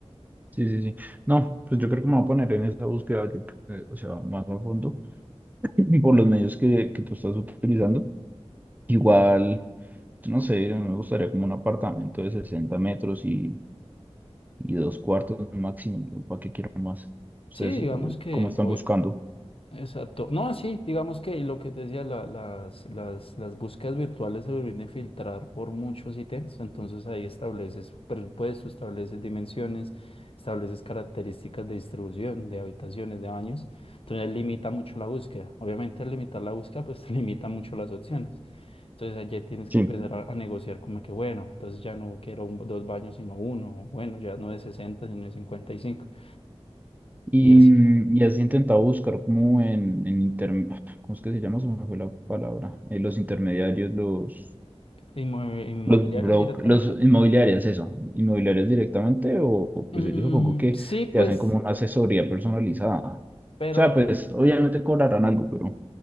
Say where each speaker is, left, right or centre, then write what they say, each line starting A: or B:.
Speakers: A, on the right (about 15°); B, on the left (about 60°).
A: Sí, sí, sí. No, pues yo creo que me voy a poner en esa búsqueda, yo, eh, o sea, más a fondo, <clears throat> por los medios que, que tú estás utilizando. Igual, yo no sé, me gustaría como un apartamento de 60 metros y, y dos cuartos máximo. ¿no? ¿Para qué quiero más? Ustedes,
B: Sí, digamos
A: eh,
B: que
A: ¿cómo están
B: hoy,
A: buscando?
B: exacto. No, sí, digamos que lo que te decía, la- las, las, las búsquedas virtuales se vienen a filtrar por muchos ítems, entonces ahí estableces presupuesto, estableces dimensiones, estableces características de distribución, de habitaciones, de baños, entonces limita mucho la búsqueda. Obviamente al limitar la búsqueda, pues <laughs> limita mucho las opciones. Entonces allí tienes
A: Sí.
B: que empezar a, a negociar como que, bueno, entonces ya no quiero un- dos baños sino uno, o bueno, ya no de sesenta sino de 55 y cinco
A: Y,
B: y así.
A: mm, y has intentado buscar como en, en internet, <sighs> ¿cómo es que se llama? Se me fue la palabra. Eh, los intermediarios, los,
B: Inmue- ¿Inmobiliarias
A: los brokers,
B: directamente?
A: los inmobiliarios, eso, inmobiliarios directamente, o o, pues
B: Mm,
A: ellos supongo que
B: sí, pues,
A: te hacen como una asesoría personalizada. O
B: pero
A: sea,
B: yo,
A: pues obviamente cobrarán algo, pero